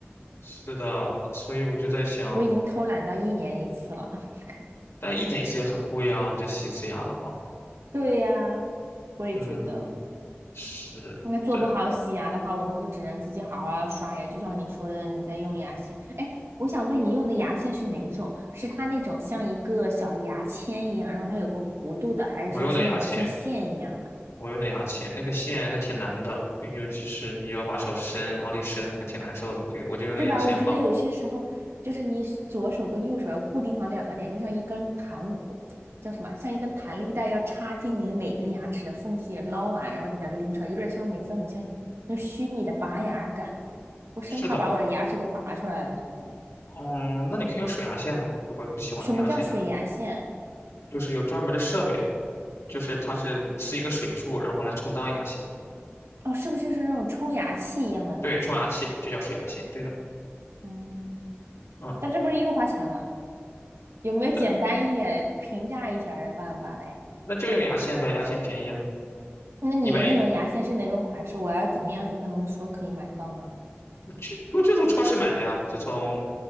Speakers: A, on the left; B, on the right.
A: 是的，所以我就在想，
B: 我已经偷懒到一年一次了。<laughs>
A: 但一年一次也很贵啊，这洗一次牙的话，
B: 对呀，我也觉得。
A: 嗯，是
B: 那做不好洗牙的话，
A: 的，
B: 我们就只能自己好好地刷牙。就像你说的，你在用牙线。哎，我想问你用的牙线是哪种？是它那种像一个小牙签一样，然后它有个弧度的，还是说是那种像线一样？
A: 我用的牙签，我用的牙签，那个线还挺难的，尤其是你要把手伸往里伸，还挺难受的，就我就用的牙线棒。
B: 对吧？我觉得有些时候就是你左手跟右手要固定好两个点，就像一根弹叫什么，像一根弹力带要插进你每根牙齿的缝隙捞完，然后再给它拎出来，有点像每次很像那虚拟的拔牙感。我生怕把我的牙齿给拔出来了，
A: 是的，
B: 真的。
A: 嗯，那你可以用水牙线吗？如果不喜欢用牙线的，
B: 什么叫水牙线？
A: 就是有专门的设备，就是它是呲一个水柱，然后来充当牙线，
B: 哦，是不是就是那种冲牙器一样的东西？
A: 对，冲牙器就叫水牙线，对的，
B: 嗯，
A: 嗯，
B: 但这不是又花钱吗？有没有简单一点平价一些儿的办法嘞？
A: 对，那就用牙线呗，牙线便宜啊，
B: 那你的那种牙线是哪种款式？
A: 你买就
B: 我要怎么样去跟他们说可以买到呢？
A: 你这我就从超市买的呀，就从